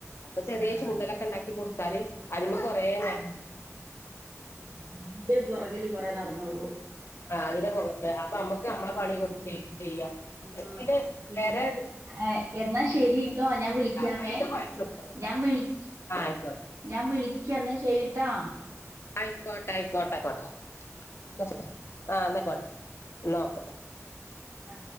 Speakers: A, on the left; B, on the right.
A: അപ്പൊ ചെറിയ
B: ആഹ്
A: ചൂണ്ടലൊക്കെ ഉണ്ടാക്കി കൊടുത്താല് അതിമെ കൊറേനേരം
B: അതിന്റെ പൊറകിൽ കൊറേ നടന്നോളും
A: ആ അതിന്റെ പൊറകില് അപ്പൊ നമ്മക്ക് നമ്മളെ പണിങ്ങട്ട് <unintelligible> ചെയ്യാ
B: ആഹ്
A: എസ്ന്
B: പിന്നെ
A: വേറെ ഒരു
B: ഏഹ് എന്നാ ശെരിട്ടോ ഞാൻ വിളിക്കാവേ
A: മൈദ കൊഴച്ചെടുത്തോ
B: ഞാൻ വിളി-
A: ആഹ് ആയിക്കോട്ടെ
B: ഞാൻ വിളിക്കന്നാ ശരിട്ടോ
A: അയ്ക്കോട്ടെ അയ്ക്കോട്ടെ അയിക്കോട്ടെ ന്നാ ശരി ആഹ് ന്നാ അയ്ക്കോട്ടെ ന്നാ ഒക്കെ
B: ആ